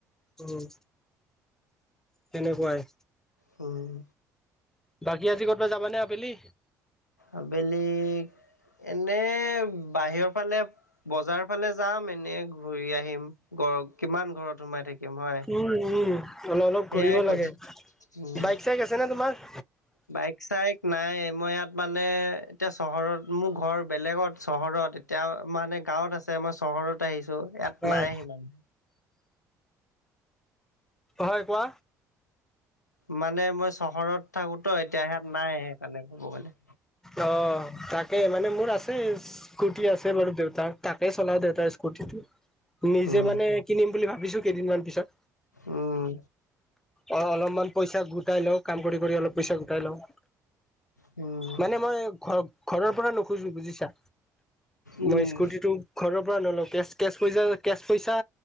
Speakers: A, in the centre; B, on the left (about 85°).
A: উম তেনেকুৱাই।
B: উম।
A: বাকী আজি ক'তবা যাবা নে আবেলি?
B: আবেলি এনে বাহিৰৰ ফালে বজাৰ ফালে যাম এনেই ঘূৰি আহিম, ঘৰ কিমান ঘৰত সোমাই থাকিম। হয়।
A: উম উম অলপ অলপ
B: সেয়াই
A: ঘূৰিব লাগে,
B: কৰিম উম
A: বাইক চাইক আছে নে তোমাৰ?
B: বাইক চাইক নাই মই ইয়াত মানে এতিয়া চহৰত মোৰ ঘৰ বেলেগত চহৰত এতিয়া মানে গাঁৱত আছে মই চহৰত আহিছো ইয়াত
A: হয়
B: নাই সিমান।
A: হয় কোৱা।
B: মানে মই চহৰত থাকো ত এতিয়া সেইয়াত নাই সেইকাৰণে ক'ব গলে।
A: অ তাকে মানে মোৰ আছে স্কুটি আছে বাৰু দেউতাৰ, তাকেই চলাও দেউতাৰ স্কুটিটো। নিজে
B: উম
A: মানে কিনিম বুলি ভাবিছো কেইদিনমান পিছত।
B: উম
A: অঁ অলপমান পইচা গোটাই লওক। কাম কৰিবলে অলপ পইচা গোটাই লওঁ।
B: উম'
A: মানে মই ঘৰ ঘৰৰ পৰা নোখোজো বুজিছা।
B: উম
A: মই স্কুটিটো- ঘৰৰ পৰা নলওঁ কেচ কেচ পইচা কেচ পইচা